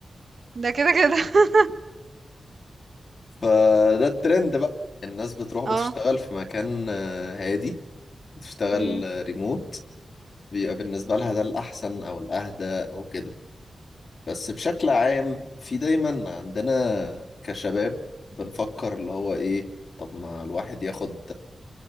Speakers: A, on the right; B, on the left.
A: ده كده كده <laughs>
B: فده الترند بقى الناس بتروح بتشتغل
A: اه
B: في مكان آه، هادي بتشتغل
A: مم.
B: آه، ريموت بيبقى بالنسبة لها ده الأحسن أو الأهدى أو كده بس بشكل عام في دايما عندنا كشباب بنفكر اللي هو ايه طب ما الواحد ياخد